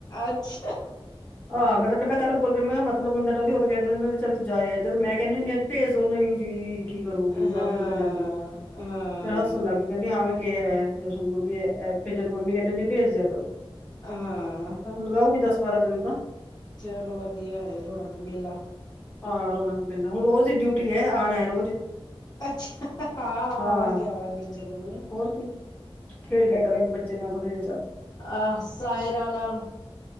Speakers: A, on the left; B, on the left.
A: ਅੱਛਾ।
B: <unintelligible> ਆਹ ਮੈਂ ਤਾਂ ਪਹਿਲਾਂ ਕੱਲ ਬੋਲ ਕੇ ਮੈਂ ਕਿਹਾ ਮਲਤਬ ਹੁੰਦਾ ਡੋਲੀ ਉਦੋਂ ਕਹਿੰਦੇ ਚੱਲ ਜਾਇ ਯਾ, ਜਦੋਂ ਮੈਂ ਕਹਿੰਦੀ ਹੁੰਨੀ ਆ ਭੇਜਦੋ, ਨਈੰ ਜੀ। ਕੀ ਕਰੂਗੀ
A: ਹਾਂ
B: ਆਹ ਮਿਲ ਤਾਂ ਜਾਂਦੀ
A: ਹਾਂ
B: ਫਰ ਹਸ ਦੱਸਣ ਲੱਗਈ ਕਹਿੰਦੀ ਹਾਂ ਮੈਂ ਕਿਹਾ ਹੈਣ ਵੀ ਫ ਜਦੋਂ ਮੰਮੀ ਕਹਿੰਦੇ ਹੁੰਦੀ ਭੇਜ ਦਿਆ ਕਰੋ।
A: ਹਾਂ
B: ਹੁਣ ਲਗਾਉਗੀ ਦਿਨ ਤਾਂ
A: ਚਲੋ ਵਧੀਆ ਏ ਰੌਣਕ ਮੇਲਾ।
B: ਹਾਂ ਰੋਨਾਕ ਮੇਲਾ, ਹੁਣ ਓਦੀ ਡਿਊਟੀ ਐ ਆਣੈ ਰੋਜ਼।
A: ਅੱਛਾ, ਹਾਂ
B: ਹਾਂ
A: ਆਵਾਂਗੇ ਆਵਾਂਗੇ ਜ਼ਰੂਰ।
B: ਹੋਰ ਕੀ
A: ਹਾਂਜੀ
B: ਖੇਡ ਲਿਆਂ ਕਰਾਂਗੇ ਬੱਚੇ ਨਾਲ ਥੋੜਾ ਜਿਹਾ ਚੱਲ।
A: ਆਹ ਸਾਹਿਰਾਂ ਨਾਲ,